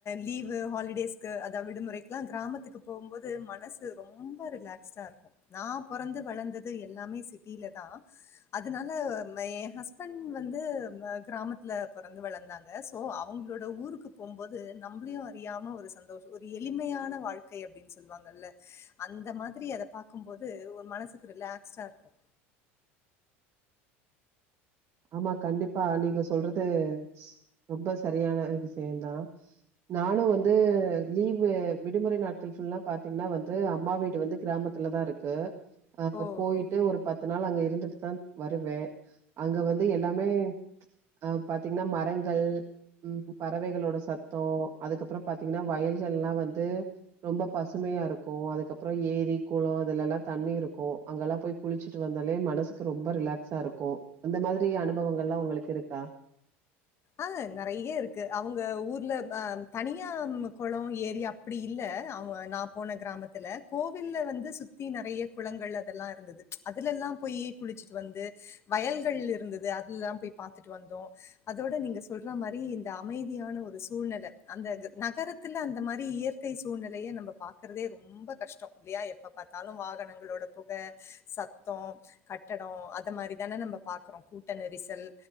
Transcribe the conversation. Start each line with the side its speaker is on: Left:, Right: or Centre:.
Left: லீவு ஹாலிடேஸ்க்கு அதாவது விடுமுறைக்கெல்லாம் கிராமத்துக்கு போம்போது மனசு ரொம்ப ரிலாக்ஸ்டா இருக்கு நா பொறந்து வளந்தது எல்லாமே சிட்டில தா அதனால மை ஹஸ்பண்ட் வந்து ம கிராமத்துல பொறந்து வளந்தாங்க சோ அவங்களோட ஊருக்கு போம்போது நம்ளையு அறியாம ஒரு சந்தோஷ் ஒரு எளிமையான வாழ்க்கை அப்டின்னு சொல்லுவாங்கல்ல அந்த மாதிரி அத பாக்கும்போது ஒ மனசுக்கு ரிலாக்ஸ்டா இருக்கு
Right: ஆமா கண்டிப்பா நீங்க சொல்றது ரொம்ப சரியான விஷயதா நானு வந்து லீவு விடுமுறை நாட் சும்மா பாத்தீங்கன்னா வந்து அம்மா வீடு வந்து கிராமத்துல தான் இருக்கு அ
Left: ஓ!
Right: போயிட்டு
Left: ஓ!
Right: ஒரு பத்து பத்து நாள் அங்க இருந்துட்டு தா வருவே அங்க வந்து எல்லாமே அ பாத்தீங்கன்னா மரங்கள் ம் பறவைகளோட சத்தோம் அதுக்கு அப்ரோ பாத்தீங்கன்னா வயல்கள்ல்லாம் வந்து ரொம்ப பசுமையா இருக்கு அதுக்கப்ரோ ஏரி குளோ இதுலல்லா தண்ணி இருக்கு அங்கல்லா போய் குளிச்சுட்டு வந்தாலே மனசுக்கு ரொம்ப ரிலாக்ஸா இருக்கு அந்த மாதிரி அனுபவங்கள்லாம் உங்களுக்கு இருக்கா
Left: ஆ நெறைய இருக்கு அவுங்க ஊர்ல அ தனியா குளோ ஏரி அப் அப்டி இல்ல அவ நா போன கிராமத்துல கோவில்ல வந்து சுத்தி நெறைய குளங்கள் அதெல்லா இருந்தது அதுல எல்லாம் போய் குளிச்சுட்டு வந்து வயல்கள் இருந்தது அதுலாம் போய் பாத்துட்டு வந்தோம் அதோட நீங்க சொல்ற மாரி இந்த அமைதியான ஒரு சூழ்நெல அந்த நகரத்துல அந்த மாரி இயற்க இயற்கை சூழ்நெலைய நம்ப பாக்குறதே ரொம்ப கஷ்டோம் இல்லையா எப்ப பாத்தாலும் வாகனங்களோட புக ச தோ கட்டடோ அத மாரி தானே நம்ம பாக்கறோ கூட்ட நெரிசல்